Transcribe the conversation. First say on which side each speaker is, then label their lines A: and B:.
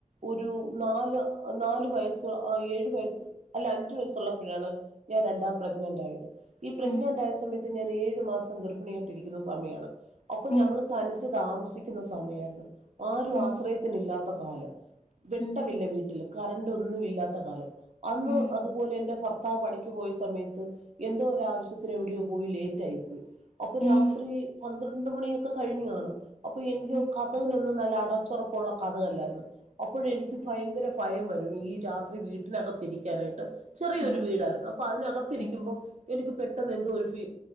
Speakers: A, on the right (about 65°); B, on the left (about 50°).
A: ഒരു നാല് നാല് വയസ്സ് ഏഴു വയസ്സ് അല്ല അഞ്ചു വയസ്സുള്ളപ്പോഴാണ് ഞാൻ രണ്ടാം പ്രഗ്നന്റ് ആയത് ഈ പ്രഗ്നനെൻ്റായ
B: ഉം
A: സമയത്ത് ഞാൻ ഏഴു മാസം ഗർഭിണിയായിട്ടിരിക്കുന്ന സമയാണ് അപ്പൊ
B: ഉം
A: ഞങ്ങള് തനിച്ച് താമസിക്ക ന്ന സമയായിരുന്നു ആരും
B: ഉം
A: ആശ്രയത്തിനില്ലാ ത്ത കാലം വെട്ടവില്ല
B: ഉം
A: വീട്ടില് കററ്റ് ഒന്നും ഇല്ലാത്ത കാലം അന്ന്
B: ഉം
A: അതുപോലെ എന്റെ ഭർ ഭർത്താവ് പണിക്ക് പോയ സമയത്ത് എന്തോ ഒരു ആവശ്യത്തിന് എവിടെയോ പോയി ലേറ്റ് ആയിപ്പോയി അപ്പൊ
B: ഉം
A: രാത്രി പന്ത്രണ്ട് മണിയൊക്കെ കഴിഞ്കാണും അപ്പൊ എനിക്ക്
B: ഉം
A: കതവിനൊന്ന് നല്ല അടച്ചുറപ്പുള്ള കതകല്ലായിരുന്നു അപ്പോഴ്‌ എനിക്ക് ഭയങ്കര ഭയം വരും ഈ രാത്രി വീട്ടിനകത്തിരിക്ക ക്കാനായിട്ട് ചെറിയൊരു
B: ഉം
A: വീടായിരുന്നു അപ്പൊ അതിനകത്തിരിക്ക
B: ഉം ഉം
A: എനിക്ക് പെട്ടെന്ന് എന്തോ ഒരു ഫി